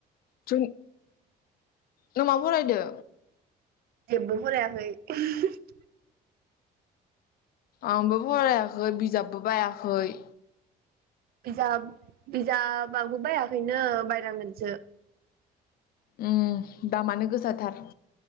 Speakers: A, on the left; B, on the right.
A: जों नों मा फरायदो?
B: जेबुफोरराखै <unintelligible>
A: आंबो फरायाखै बिजाबबो बायाखै।
B: बिजाब बिजाबाबबो बायाखैनो बायनांगोनसो।
A: उम दामानो गोसाथार।